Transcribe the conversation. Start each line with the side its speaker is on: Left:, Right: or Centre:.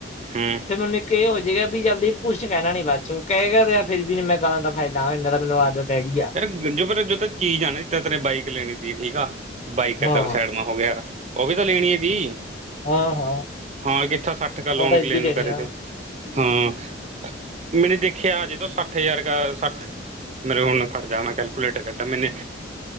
Right: ਹੂੰ
Left: ਫਿਰ, ਮੈਨੇ ਇੱਕ ਇਹ ਹੋ ਜਾਏਗਾ ਵੀ ਜਲਦੀਪ ਕੁੱਛ ਕਹਿਣਾ ਨੀ ਬਾਦ ਚੋ ਕਹਿਗਾ ਤੇ ਆ ਫੇਰ ਵੀ ਮੈਂ ਗਾਲਾਂ ਤਾਂ ਖਾਈ ਲਾਗਾ ਇੰਨਾ ਤਾ ਮੈਨੂੰ ਆਦਤ ਹੈਗੀ ਆ
Right: ਯਾਰ ਜੋ ਪਰ ਜੋ ਤਾ ਚੀਜ਼ ਆ ਨਾ, ਜੀਤਰਾ ਤੇਨੇ ਬਾਈਕ ਲੈਣੀ ਤੀ ਠੀਕ ਆਲ ਬਾਈਕ
Left: ਹਾਂ
Right: ਆ ਚੱਲ ਸਾਈਡ ਮਾ ਹੋ ਗਿਆ ਉਹ ਵੀ ਤਾਂ ਲੈਣੀ ਹੈ ਫ
Left: ਹਾਂ ਹਾਂ
Right: ਹਾਂ ਕਿੱਥਾ ਸੱਠ ਕ ਲਾਉਣ
Left: ਉਹ ਤਾਂ ਏਦਾਂ
Right: ਗਲੇਨੂੰ
Left: ਹੀ ਲੈਣੀ
Right: ਕਰੇ
Left: ਆ
Right: ਤੇ ਹਾਂ ਮੈਨੇ ਦੇਖਿਆ ਜਦੋਂ ਸੱਠ ਅੱਠੇ ਹਜ਼ਾਰ ਕ ਸੱਠਤ ਮਤਰੇ ਹੁਣ ਖੜ ਜਾ ਮੈਂ ਕੈਲਕੂਲੇਟਰ ਕੱਢਾ ਮੈਨੇ